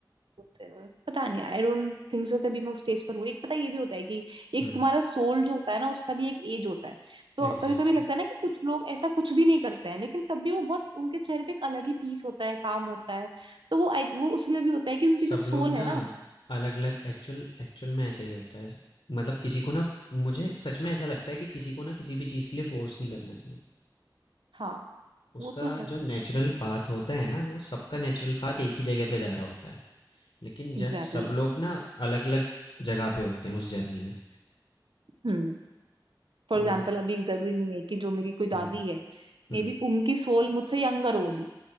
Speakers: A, on the right; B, on the left.
A: Whatever. पता नहीं आई डोंट थिंक सो कभी मैं उस स्टेज पर हुई एक पता ये भी होता है कि एक
B: हम्म
A: तुम्हारा सोल जो होता है ना उसका भी एक एज होता है तो
B: एग्जैक्टली
A: कभी कभी लगता है ना कि कुछ लोग ऐसा कुछ भी नहीं करते हैं लेकिन तब भी वो बहुत उनके चेहरे पे एक अलग ही पीस होता है काम होता है तो वो I- वो उसलिए भी होता है कि उनकी
B: सब
A: जो
B: लोग
A: सोल
B: ना
A: है ना
B: अलग अलग एक्चुअल एक्चुअल में ऐसा ही होता है मतलब किसी को ना मुझे सच में ऐसा लगता है कि किसी को ना किसी भी चीज़ के लिए फोर्स नहीं करना चाहिए
A: हाँ
B: उसका
A: वो तो है
B: जो नेचुरल पाथ होता है ना वो सबका नेचुरल पाथ एक ही जगह पे जा रहा होता है लेकिन
A: Exactly
B: जस्ट सब
A: exactly.
B: लोग ना अलग अलग जगह पे होते हैं उस जर्नी में
A: हम्म फॉर
B: तो
A: एग्जाम्पल अभी जरूरी नहीं है कि जो मेरी कोई दादी
B: Hmm
A: है मे
B: hmm
A: बी उनकी सोल मुझसे यंगर हो अभी